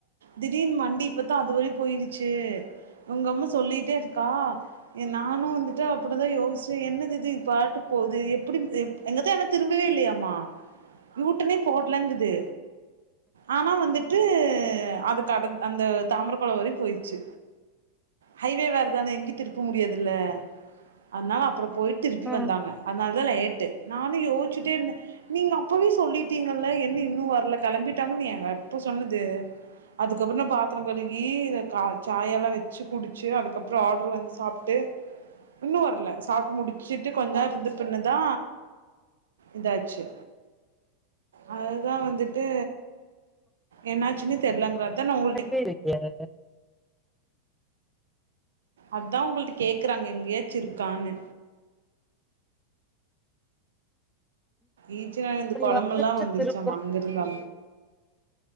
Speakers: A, on the right; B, in the centre.
A: திடீர்னு வண்டி இப்பத்தா அதுவரையு போயிருச்சு உங்கம்மா சொல்லிட்டே இருக்கா எ நானு வந்துட்டு அப்புடி தா யோஸ்ச்சே என்னதிது இது பாட்டுக் போது எப் புடி எப் எங்கத்த ஆனா திரும்பவே இல்லையாமா யூ டன்னே போட்லங்குது ஆனா வந்துட்டு அது கடந் அந்த தாமர கொளோ வரையு போயிர்ச்சு ஹைவே வேற தானே எங்கயு திருப்ப முடியாதுல்ல அத்னால அப்பறோ போய்ட்டு திருப்பி
B: ஆ
A: வந்தாங்க அத்னால தா லேட்டு நானு யோஸ்ச்ட்டே இருந்தே நீங்க அப்பவே சொல்லிட்டீங்கல்ல என்ன இன்னு வர்ல கிளம்பிட்டாங்கன் எங் எப்போ சொன்னது அதுக்கப்பறோ நா பாத்தரோ கழுகி இத கா சாயால்லா வெச்சு குடிச்சு அதுக்கப்றோ ஆட்ரு வந்து சாப் ட்டு இன்னு வர்ல சாப்ட்டு முடிச்சிட்டு கொஞ் நேர் இர்ந்துட் பின்ன தா இதாச்சு அது தா வந்துட்டு என்னாச்சுனு தெர்லங்கறா அதா நா உங்கள்ட்ட
B: <inaudible> ல
A: அதா உங்கள்ட்ட கேக்கறாங்க எங்யாச்சிருக்கானு ஈச்சனாரி அந்த கொளமெல்லா
B: வந்துட்டு
A: வந்துருச்சாமா
B: திருப்பரம்
A: அங்கர்ந்தாமா